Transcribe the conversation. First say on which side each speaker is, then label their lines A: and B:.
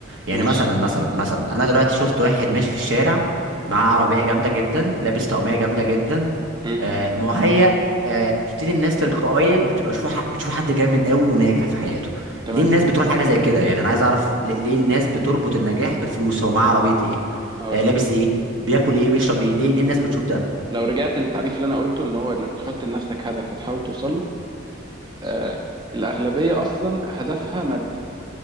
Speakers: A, on the right; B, on the right.
A: يعني
B: ماشي
A: مثلا مثلا مثلا انا دلوقتي شفت واحد ماشي في الشارع معاه عربيه جامده جدا لابس طقميه جامده جدا
B: امم
A: آه مهيأ آه بتبتدي الناس تلقائيا بتبقى شوف ح- بتشوف حد جامد قوي وناجح في حياته
B: تمام
A: ليه الناس بتروح لحاجه زي كده يعني انا عايز اعرف ليه ليه الناس بتربط النجاح بالفلوس هو معاه عربيه ايه
B: هقول
A: آه لابس
B: لك
A: ايه بياكل ايه بيشرب ايه ليه ليه الناس بتشوف ده
B: لو رجعت للتعريف اللي انا قلته ان هو انك تحط لنفسك هدف وتحاول توصل له آه الاغلبيه اصلا هدفها مادي